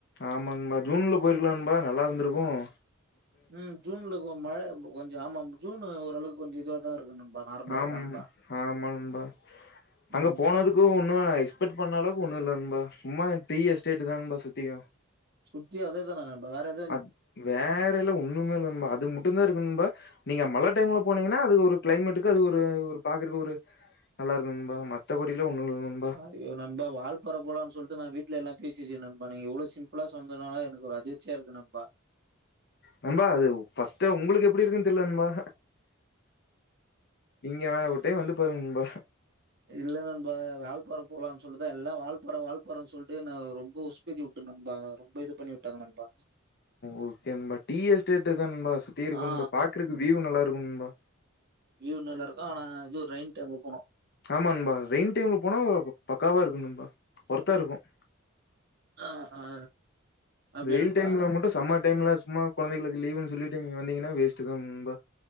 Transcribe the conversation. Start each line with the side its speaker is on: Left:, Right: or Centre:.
Left: ஆமா நண்பா ஜூன்ல போயிருக்கலாம் நண்பா நல்லா இருந்திருக்கும்
Right: ம் ஜூன்ல கொ மழ கொஞ்ச ஆமா ஜூனு ஒரு அளவுக்கு கொஞ்ச இதுவா தா இருக்கு நண்பா நார்மலா இருக்கு
Left: ஆம்
Right: நண்பா
Left: ஆமாங்பா அங்க
Right: ம்
Left: போனதுக் அது ஒன்னு நா எக்ஸ்பெட் பண்ண அளவுக்கு ஒன்னு இல்ல நண்பா சும்மா டீ எஸ்டேட் தா நண்பா சுத்தியு
Right: சுத்தி அதே தான நண்பா வேற என்ன
Left: அ வேறல்லா ஒண்ணுமே இல்ல நண்பா அது மட்டும்தா இருக்கு நண்பா நீங்க மழ டைம்ல போனீங்கன்னா அது ஒரு கிளைமேட்டுக்கு அது ஒரு பாக்குறதுக்கு ஒரு நல்லா இருக்கு நண்பா மத்த படிலா ஒண்ணு இல்ல நண்பா
Right: <unintelligible> ஐயோ நண்பா வால்பாற போலானு சொல்ட்டு நா வீட்ல எல்லா பேசி வச்சிருக்க நண்பா நீ இவ்ளோ சிம்ப்லா சொன்துனால எனக்கு ஒரு அர்ஜ் சேரிங்க நண்பா
Left: நண்பா அது ஃபர்ஸ்ட் உங்களுக்கு எப்டி இருக்குன்னு தெரில நண்பா இங்க ஒரு டைம் வந்து பாருங்க நண்பா
Right: இல்ல நண்பா வால்பாற போலானு சொல்ட்டுதா எல்லா வால்பாற வால்பாறனு சொல்ட்டு நா ரெம்போ சுசு ஏத்தி விட்ட நண்பா ரொம்ப இது பண்ணி விட்டாங்க நண்பா
Left: ஓகேண்பா டீ எஸ்டேட் தான்பா சுத்தி இருக்குணும்
Right: ஆ
Left: பா பாக்குறக்கு வியூ நல்லா இருக்குனும்பா
Right: வியூ நல்லா இருக்கும் ஆனா இது ரெயின் டைம்ல போனோ
Left: ஆமா நண்பா ரெயின் டைம்ல போனா பக்காவா இருக்கும் நண்பா ஒர்த்தா இருக்கும்
Right: ஆ ஆ அப்டியா
Left: வெயில்
Right: நண்பா
Left: டைம்ல மட்டு‌ சம்மர் டைம்ல சும்மா குழந்தைளுக்கு லீவுன்னு சொல்ட்டு நீங்க வந்தீங்ன்னா வேஸ்ட் தா நண்பா